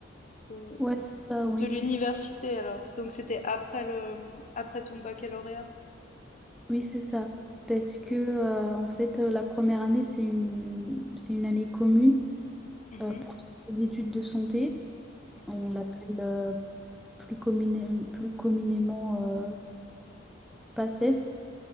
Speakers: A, on the left; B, in the centre.
A: De,
B: Ouais, c'est ça, oui.
A: de l'université alors. Donc c'était après le, après ton baccalauréat.
B: Oui, c'est ça. Parce que, euh, en fait, euh, la première année, c'est une, c'est une année commune
A: Mhm,
B: euh, pour toutes les études de santé.
A: mhm.
B: On l'appelle euh, plus, commune- plus communément euh, PACES,